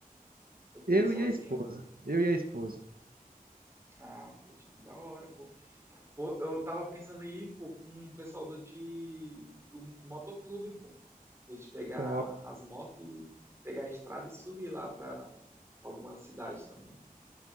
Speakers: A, on the right; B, on the right.
A: Ou tu quer
B: Eu
A: ir sozinho?
B: e a esposa. Eu e a esposa.
A: Ah, pô, de- da hora, pô. Pô, eu tava pensando em ir, pô, com um pessoal do, de, do motoclube, pô. A gente pegar
B: Top,
A: as motos e pegar a estrada e subir lá pra algumas cidades também.